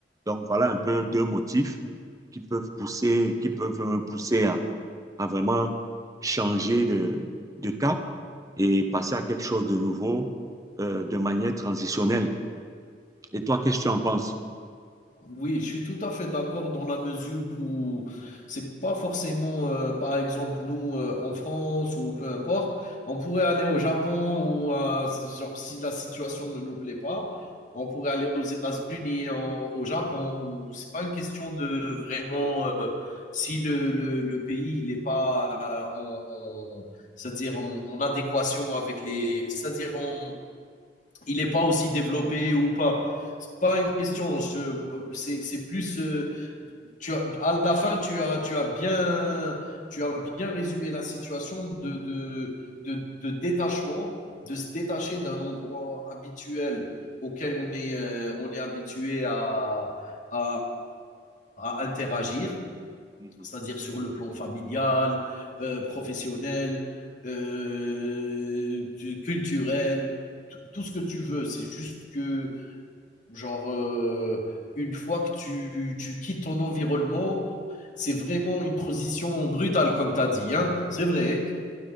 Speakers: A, on the right; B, on the left.
A: Donc, voilà un peu deux motifs qui peuvent pousser, qui peuvent me pousser à à vraiment changer de, de cap et passer à quelque chose de nouveau euh, de manière transitionnelle. Et toi, qu'est-ce que tu en penses?
B: oui, je suis tout à fait d'accord dans la mesure où c'est pas forcément, euh, par exemple, nous euh, en France ou peu importe, on pourrait aller au Japon ou à- genre si la situation ne nous plaît pas, on pourrait aller aux États-Unis, en- au Japon. ou- C'est pas une question de vraiment euh, si le, le, le pays il est pas euh, en, en- c'est-à-dire en, en adéquation avec les, c'est-à-dire en il n'est pas aussi développé ou pas. C'est pas une question. C'est c'est plus. euh, Tu as, à la fin, tu as, tu as bien. Tu as bien résumé la situation de, de, de, de détachement, de se détacher d'un endroit habituel auquel on est, euh, on est habitué à, à, à, à interagir
A: Mhm.
B: c'est-à-dire sur le plan familial, euh, professionnel, euh, culturel, tout- tout ce que tu veux. C'est juste que, genre, euh, une fois que tu, tu quittes ton environnement, c'est vraiment une transition brutale, comme tu as dit. Hein c'est vrai.